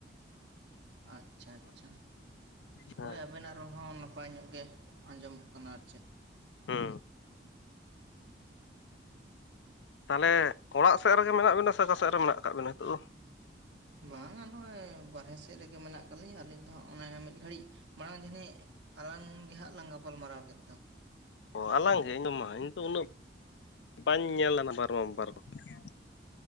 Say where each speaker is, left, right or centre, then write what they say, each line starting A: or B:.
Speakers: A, on the right (about 75°); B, on the left (about 80°).
A: ᱟᱼᱪᱷᱟ ᱪᱷᱟ
B: ᱦᱮᱸ
A: ᱦᱳᱭ ᱟᱵᱮᱱᱟᱜ ᱨᱚᱲ ᱦᱚᱸ ᱱᱟᱯᱟᱭ ᱧᱚᱜ ᱜᱮ ᱟᱸᱡᱚᱢᱚᱜ ᱠᱟᱱᱟ ᱟᱨ ᱪᱮᱫ
B: ᱦᱩᱸ ᱛᱟᱞᱦᱮ ᱚᱲᱟᱜ ᱥᱮᱫ ᱨᱮᱜᱮ ᱢᱮᱱᱟᱜ ᱵᱤᱱᱟ ᱥᱮ ᱟᱠᱟ ᱥᱮᱫ ᱨᱮ ᱢᱮᱱᱟᱜ ᱠᱟᱜ ᱵᱤᱱᱟ ᱱᱤᱛᱚᱜ ᱫᱚ
A: ᱵᱟᱝᱟ ᱱᱚᱜᱼᱚᱭ ᱵᱟᱨᱦᱮ ᱥᱮᱫ ᱨᱮᱜᱮ ᱢᱮᱱᱟᱜ ᱠᱟᱜ ᱞᱤᱧᱟ. ᱟᱹᱞᱤᱧ ᱫᱚ ᱦᱟᱸᱜ ᱚᱱᱮ ᱢᱤᱫ ᱜᱷᱟᱹᱲᱤᱡ ᱢᱟᱲᱟᱝ ᱡᱟᱹᱱᱤᱡ ᱟᱞᱟᱝ ᱜᱮ ᱦᱟᱸᱜ ᱞᱟᱝ ᱜᱟᱯᱟᱞᱢᱟᱨᱟᱣ ᱠᱮᱫ ᱫᱚ
B: ᱚ ᱟᱞᱟᱝ ᱜᱮ ᱤᱧ ᱫᱚ ᱢᱟ ᱤᱧ ᱫᱚ ᱩᱱᱟᱹᱜ ᱵᱟᱧ ᱧᱮᱞ ᱞᱟᱱᱟ <unintelligible>